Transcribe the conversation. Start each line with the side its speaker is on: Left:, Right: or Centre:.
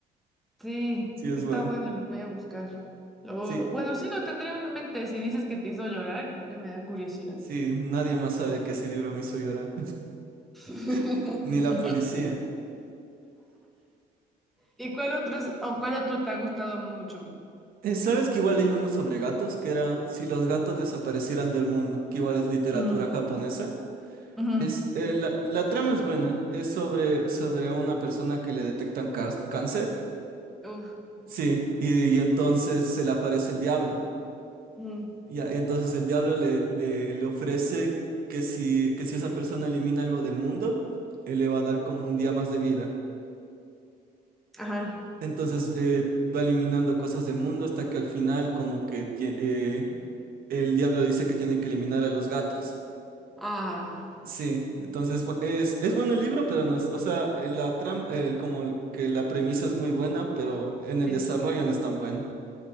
Centre: Sí,
Right: Sí, es
Centre: está
Right: bueno.
Centre: bueno, lo voy a buscar. Lo-
Right: Sí,
Centre: bueno, sí lo tendré en mente. Si dices que te hizo llorar, creo que me da curiosidad.
Right: sí, nadie más sabe que ese libro me hizo llorar,
Centre: <laughs>
Right: <laughs> ni la policía.
Centre: ¿Y cuál otro es- o cuál otro te ha gustado mucho?
Right: Eh, ¿sabes que igual leí uno sobre gatos? Que era Si los gatos desaparecieran del mundo, que igual es literatura
Centre: Ujú,
Right: japonesa.
Centre: ujú.
Right: Es, eh, la, la trama es buena, es sobre, sobre a una persona que le detectan car- cáncer
Centre: Uf,
Right: Sí, y, y entonces se le aparece el diablo.
Centre: mm,
Right: Y, a- y entonces el diablo le, le, le ofrece que si, que si esa persona elimina algo del mundo, él le va a dar como un día más de vida.
Centre: Ajá.
Right: Entonces eh, va eliminando cosas del mundo hasta que al final como que tie- eh, el diablo dice que tiene que eliminar a los gatos.
Centre: Ah.
Right: Sí, entonces bu- es, es bueno el libro, pero no es, o sea, eh, la trama, eh, como el- que la premisa es muy buena, pero en el
Centre: Sí.
Right: desarrollo no es tan bueno.